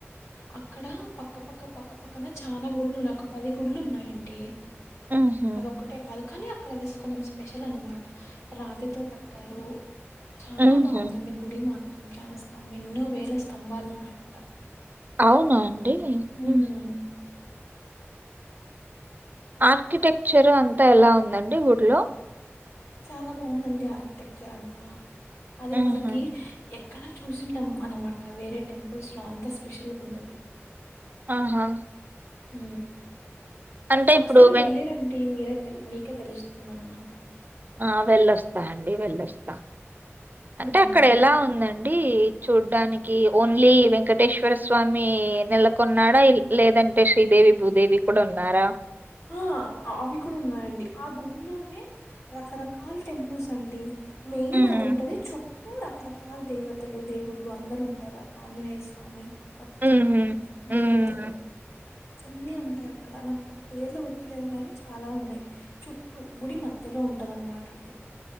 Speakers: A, on the left (about 70°); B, on the right (about 40°).
A: అక్కడ పక్కపక్క పక్కపక్కన చాలా గుడ్లు ఉన్నయ్ ఒక పది గుడ్లు ఉన్నాయ్ అండి
B: హుహు.
A: అది ఒక్కటే కాదు కానీ అక్కడవి కొన్ని కొంచెం స్పెషల్ అన్నమాట రాతితో కట్టారు చానా
B: హుహు.
A: బాగుందండి గుడి మాత్ర చాలా స్తం ఎన్నో వేల స్తంబాలు ఉన్నాయి అక్కడ
B: అవునా అండి
A: హ్మ్.
B: ఉమ్ ఆర్కిటెక్చర్ అంతా ఎలా ఉంది అండి గుడిలో
A: చాలా బాగుందండి ఆర్కిటెక్చర్ అంతా అది
B: హుహు.
A: మనకి ఎ అక్కడ చూసిండం అనమాట వేరే టెంపుల్స్ లో అంత స్పెషల్ గా ఉన్నది
B: ఆహా
A: హు
B: అంటే
A: ఒకసారి
B: ఇప్పుడు వె
A: వెళ్ళిరండి మీరే మీకే తెలుస్తుందన్నమాట
B: ఆ వెళ్ళొస్తా అండి వెళ్ళొస్తా
A: హ్మ్.
B: అంటే అక్కడ ఎలా ఉందండి చూడ్డానికి ఓన్లీ వెంకటేశ్వర స్వామి నెలకొన్నాడా లేదంటే శ్రీదేవి భూదేవి కూడా ఉన్నారా?
A: ఆ అవి కూడా ఉన్నాయండి ఆ గుళ్లోనే రకరక కాల్ టెంపుల్స్ అండి మెయిన్
B: హ్మ్
A: అది ఉంటది చుట్ టూ రకరకాల దేవతలు దేవుళ్ళు అందరు ఉంటారు ఆంజనేయ స్వామి మొత్తం
B: ఉహు హ్మ్
A: దేవతలు అన్నీ ఉంటా అక్కడ నాకు పేర్లు గుర్తులేవు కాని చాలా ఉన్నాయి చుట్టూ గుడి మధ్యలో ఉంటదన్నమాట అది